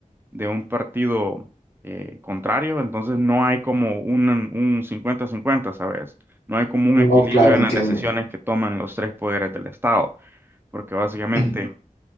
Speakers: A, on the right; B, on the left.
A: de un partido eh, contrario, entonces no hay como un, un cincuenta-cincuenta ¿sabes? No hay como un
B: No,
A: equilibrio
B: claro, entiendo.
A: en las decisiones que toman los tres poderes del Estado porque básicamente
B: <clears throat>